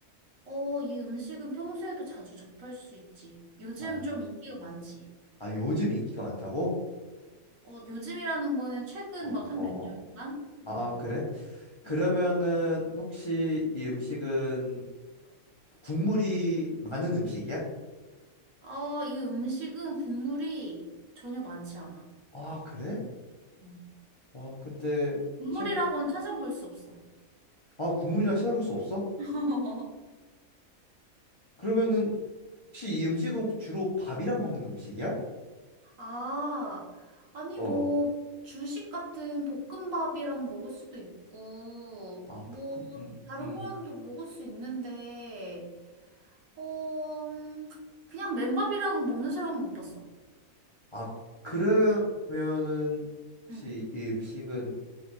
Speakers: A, on the right; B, on the left.
A: 어, 이 음식은 평소에도 자주 접할 수 있지. 요즘
B: 아,
A: 좀 인기가 많지.
B: 아 요즘 인기가 많다고?
A: 어, 요즘이라는 거는 최근
B: 어,
A: 막 한
B: 어, 어.
A: 몇 년간?
B: 아,
A: 뭐.
B: 그래?
A: 음.
B: 그러면은
A: 음.
B: 혹시 이 음식은 국물이 많은 음식이야?
A: 아, 이 음식은 국물이 전혀 많지 않아.
B: 아, 그래?
A: 어.
B: 아, 근데
A: 국물이라고는
B: 최근
A: 찾아볼 수 없어.
B: 아, 국물이나 찾아볼 수 없어?
A: <laughs>
B: 그러면은 혹시 이 음식은 혹시 주로 밥이랑 먹는 음식이야?
A: 아, 아니
B: 어.
A: 뭐 주식 같은 볶음밥이랑 먹을 수도 있고
B: 아,
A: 뭐
B: 볶음 음,
A: 다른
B: 음.
A: 거랑도 먹을 수 있는데 어 음, 그냥 맨밥이랑 먹는 사람은 못 봤어.
B: 아, 그러면은 혹시
A: 음,
B: 이 음식은